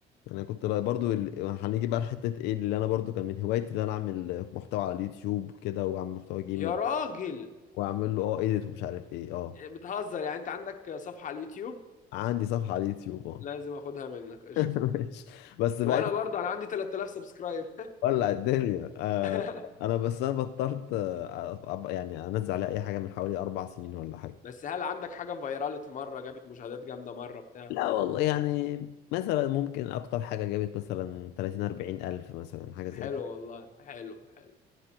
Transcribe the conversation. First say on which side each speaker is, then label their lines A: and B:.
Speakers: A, on the left (about 85°); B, on the left (about 50°).
A: يعني كنت لا- برضو ال- هنيجي بقى لحته ايه اللي انا برضو كان من هوايتي اللي انا اعمل محتوى على اليوتيوب كده واعمل محتوى جيمنج
B: يا راجل
A: واعمل له اه ايديت ومش عارف ايه اه
B: بتهزر يعني انت عندك صفحه على اليوتيوب
A: عندي صفحه على اليوتيوب اه
B: لازم اخدها منك قشطه
A: <laughs> ماشي. بس
B: وانا
A: بقى
B: برضه انا عندي 3000 سبسكرايب
A: ولع الدنيا آه،
B: <laughs>
A: انا بس انا بطلت آه، أب- يعني انزل عليها اي حاجه من حوالي اربع سنين ولا حاجه
B: بس هل عندك حاجه فايرالت مره جابت مشاهدات جامده مره بتاع
A: لا والله يعني مثلا ممكن اكتر حاجه جابت مثلا 30 40 الف مثلا حاجه زي
B: حلو
A: كده
B: والله حلو حلو